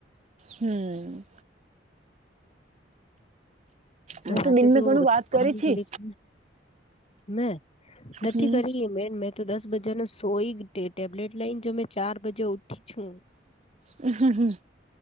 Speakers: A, on the right; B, on the left.
A: હમ્મ હું
B: રાતે
A: દિન
B: તો
A: મેં ઘણું વાત કરી છી
B: <unintelligible> મે નથી
A: હમ
B: કરી એ મેન મે તો દસ બજા ન સોઈ ટેબ્લેટ લઈને જો મે ચાર બજે ઉઠી છું
A: હમ્મ હમ્મ હમ્મ